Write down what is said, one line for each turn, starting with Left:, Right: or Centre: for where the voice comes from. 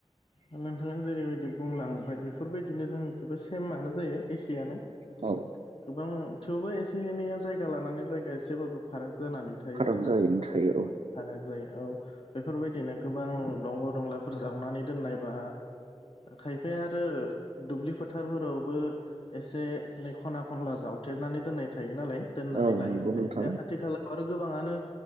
Left: नोंथाङा जेरैबायदि बुंलांबाय बेफोरबायदिनो जोंनिखिबो सेमआनो जायो एखेयानो
Right: औ
Left: गोबां थेवबो एसे एनैया जायगा लानानै जायगा एसेबाबो फाराग जानानै थायो
Right: फाराग
Left: आरोना
Right: जायैनो थायो औ
Left: फाराग जायो औ बेफोरबायदिनो गोबां दंग' दंला फोर जावनानै दोननायबा खायफाया आरो दुब्लि फोथार‌ फोरावबो एसे एनै खना खनला जावथेबनानै दोननाय थायो नालाय दोननानै
Right: औ
Left: लायो
Right: नंगौ नोंथां
Left: खायफाया आथिखालाव आरो गोबाङानो